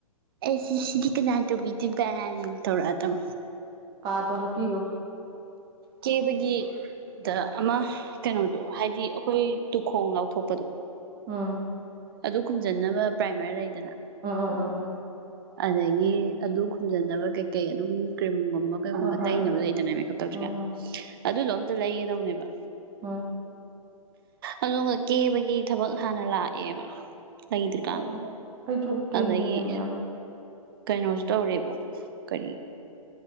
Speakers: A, on the right; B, on the right.
A: ꯑꯦꯁꯤꯅꯥ ꯇꯣꯕꯤꯗꯤ ꯄꯔ ꯊꯔ ꯑꯗꯨꯝ
B: ꯀꯥꯗꯣ ꯍꯥꯞꯄꯤꯔꯣ
A: ꯀꯕꯒꯤ ꯗ ꯑꯃ ꯀꯩꯅꯣꯗꯣ ꯍꯥꯏꯗꯤ ꯑꯩꯈꯣꯏ ꯇꯨꯈꯣꯡ ꯂꯥꯎꯊꯣꯛꯄꯗꯣ
B: ꯎꯝ
A: ꯑꯗꯨ ꯈꯨꯝꯖꯟꯅꯕ ꯄ꯭ꯔꯥꯏꯃꯔꯤ ꯂꯩꯗꯅ
B: ꯎꯝ ꯎꯝ ꯎꯝ
A: ꯑꯗꯒꯤ ꯑꯗꯨ ꯈꯨꯝꯖꯟꯅꯕ ꯀꯩꯀꯩ ꯑꯗꯨꯝ ꯒꯨꯝꯕ ꯀꯩꯒꯨꯝꯕ
B: ꯍꯣꯏ ꯍꯣꯏ
A: ꯇꯩꯅꯕ ꯂꯩꯇꯅ ꯃꯦꯀꯞ ꯇꯧꯗ꯭ꯔꯤ
B: ꯎꯝ
A: ꯀꯥꯏꯅ
B: ꯎꯝ
A: ꯑꯗꯨꯗꯣ ꯑꯝꯇ ꯂꯩꯒꯗꯧꯅꯦꯕ
B: ꯑꯥ
A: ꯑꯗꯨꯒ ꯀꯦꯕꯒꯤ ꯊꯕꯛ ꯍꯥꯟꯅ ꯂꯥꯛꯑꯦꯕ ꯂꯩꯗꯔꯀꯥꯟ
B: ꯑꯣ ꯑꯩꯁꯨ ꯀꯦꯅꯤꯡꯉꯦ
A: ꯑꯗꯒꯤ
B: ꯃꯌꯥꯝ
A: ꯀꯩꯅꯣꯁꯨ ꯇꯧꯔꯦꯕ ꯀ